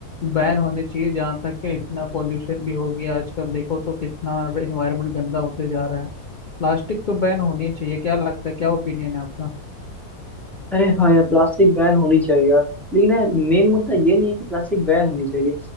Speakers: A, on the left; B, in the centre.
A: बैन होने चाहिए जहाँ तक है इतना पोल्यूशन भी हो गया आजकल देखो तो कितना एनवायरनमेंट गंदा होते जा रहा है प्लास्टिक तो बैन होनी चाहिए क्या लगता है क्या ओपिनियन है आपका
B: अरे हाँ यार प्लास्टिक बैन होनी चाहिए यार लेकिन यार मेन मुद्दा ये नहीं है कि प्लास्टिक बैन होनी चाहिए